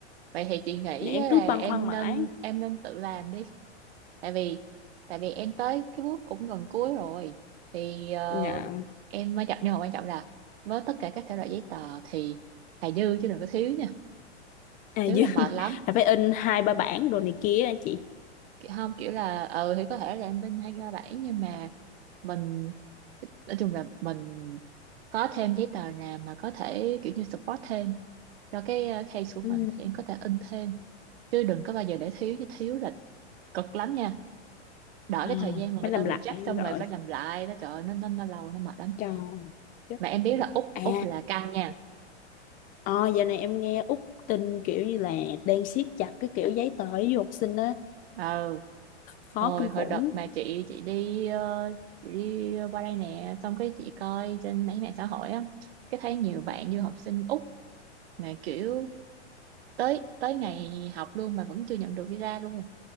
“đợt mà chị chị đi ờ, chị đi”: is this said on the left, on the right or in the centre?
Right